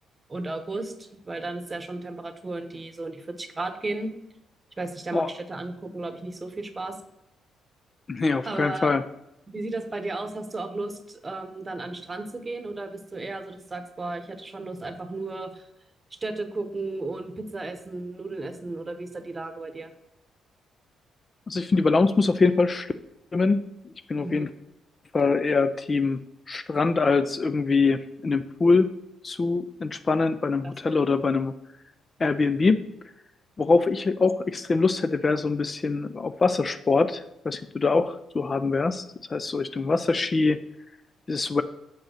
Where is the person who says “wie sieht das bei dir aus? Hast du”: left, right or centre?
Right